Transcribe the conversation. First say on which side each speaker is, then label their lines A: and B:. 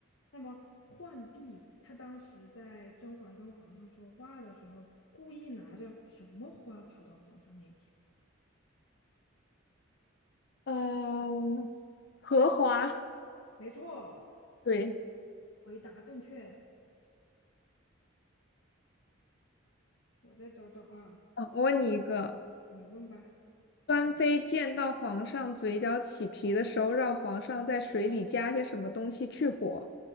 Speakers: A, on the left; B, on the left.
A: 那么浣碧他当时在甄嬛跟皇上说话的时候，故意拿着什么花跑到皇上面前？
B: 呃，荷花。
A: 没错，
B: 对，
A: 回答正确。我再找找啊，
B: 嗯，我问你一个，
A: 你问吧。
B: 端妃见到皇上嘴角起皮的时候，让皇上在水里加些什么东西去火。